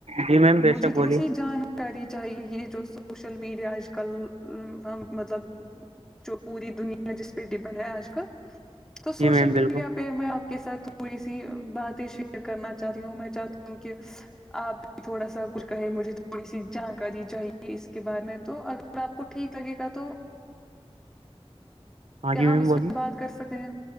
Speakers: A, on the right; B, in the centre.
A: جی میم بے
B: مجھے
A: شک
B: تھوڑی
A: بولیے
B: سی جان کری چاہیے یہ جو سوشل میڈیا آج کل مطلب جو پوری دنیا جس پہ ڈیپینڈ ہے آج کل تو
A: جی
B: سوشل
A: میم
B: میڈیا
A: بالکل
B: پہ میں آپ کے ساتھ تھوڑی سی باتیں شیئر کرنا چاہتی ہوں میں چاہتی ہوں کہ آپ بھی تھوڑا سا کچھ کہے مجھے تھوڑی سی جانکاری چاہیے اس کے بارے میں تو اگر ا آپ کو ٹھیک لگے گا تو
A: ہاں
B: کیا
A: جی میم
B: ہم اس
A: بولیے
B: پہ بات کر سکتے ہیں